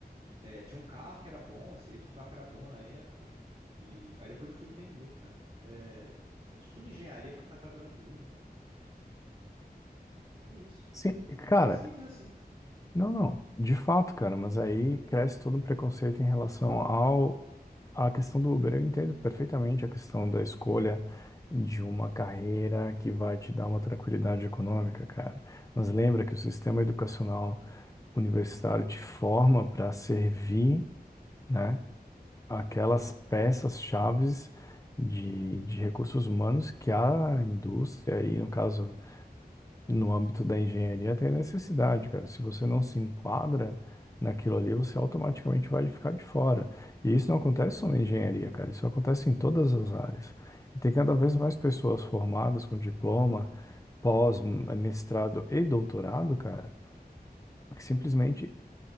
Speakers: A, on the right; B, on the left.
A: É, tinha um carro que era bom, assim, tinha um carro que era bom na época. E aí depois eu fui entender, cara. É, você não estuda engenharia pra ficar trabalhando de Uber, cara. É isso.
B: Sim, cara.
A: É simples assim.
B: Não, não. De fato, cara, mas aí cresce todo um preconceito em relação ao à questão do Uber. Eu entendo perfeitamente a questão da escolha de uma carreira que vai te dar uma tranquilidade econômica, cara. Mas lembra que o sistema educacional universitário te forma para servir, né, aquelas peças-chaves de, de recursos humanos que a indústria, e no caso no âmbito da engenharia tem a necessidade, cara. Se você não se enquadra naquilo ali, você automaticamente vai ficar de fora. E isso não acontece só na engenharia, cara. Isso acontece em todas as áreas. E tem cada vez mais pessoas formadas com diploma, pós, mestrado e doutorado, cara, que simplesmente